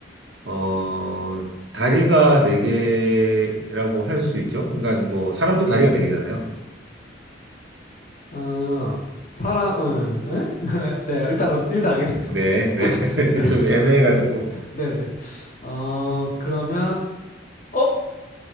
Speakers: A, on the right; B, on the left.
A: 어, 다리가 네 개라고 할 수 있죠? 그러니까 뭐, 사람도 다리가 네 개잖아요.
B: 어, 사람, 어, 에? <laughs> 네, 일단, 어, 일단 알겠습니다.
A: 네,
B: <laughs>
A: 네. <laughs>
B: 네,
A: 좀 애매해가지고.
B: 네, 네. 어, 그러면, 어?